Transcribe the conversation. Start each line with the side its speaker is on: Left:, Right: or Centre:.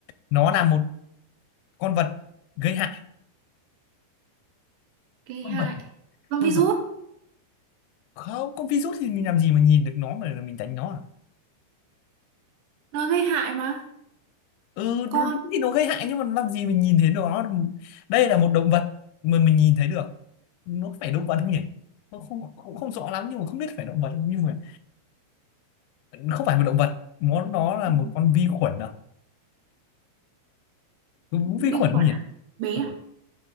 Left: nó là một con vật gây hại
Right: gây
Left: con
Right: hại
Left: vật
Right: nó
Left: con
Right: virus
Left: vật không con virus thì mình làm gì mà nhìn được nó mà mình đánh nó à
Right: nó gây hại mà
Left: ừ đúng,
Right: con
Left: đúng thì nó gây hại nhưng mà làm gì mình nhìn thấy nó đây là một động vật mà mình nhìn thấy được nó phải động vật không nhỉ nó không cũng không rõ lắm nhưng mà không biết phải động vật không, nhưng mà không phải một động vật nó nó là
Right: ừ,
Left: một con vi khuẩn à đúng
Right: vi
Left: vi khuẩn
Right: khuẩn
Left: không nhỉ
Right: à bé
Left: Ừ.
Right: à